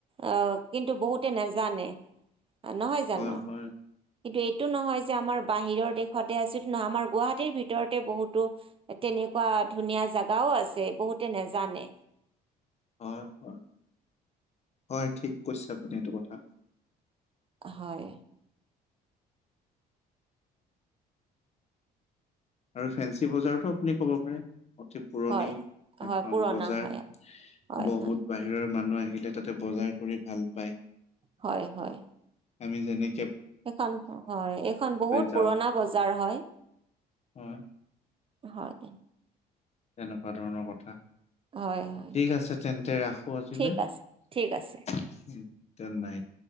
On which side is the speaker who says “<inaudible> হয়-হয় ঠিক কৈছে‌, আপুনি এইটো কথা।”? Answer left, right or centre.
Left